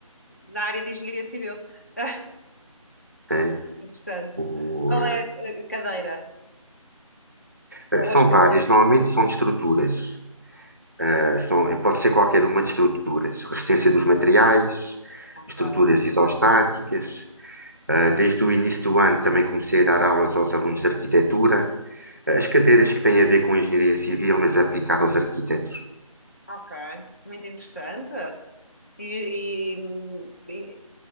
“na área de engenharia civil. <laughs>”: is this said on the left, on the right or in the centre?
Left